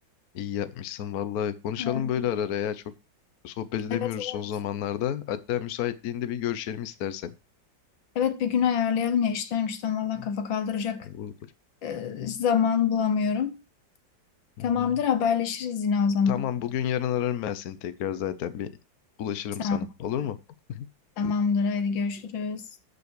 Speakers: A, on the left; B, on the left.
A: İyi yapmışsın vallahi. Konuşalım
B: Ee,
A: böyle ara ara ya. Çok sohbet edemiyoruz
B: Evet evet.
A: son zamanlarda. Hatta müsaitliğinde bir görüşelim istersen.
B: Evet bir gün ayarlayalım ya işten güçten valla kafa kaldıracak
A: Olur.
B: e, zaman bulamıyorum. Tamamdır
A: Hı hı.
B: haberleşiriz yine o zaman.
A: Tamam bugün yarın ararım ben seni tekrar zaten. Bir ulaşırım
B: Tamam
A: sana. Olur mu? <laughs>
B: tamamdır hadi görüşürüz.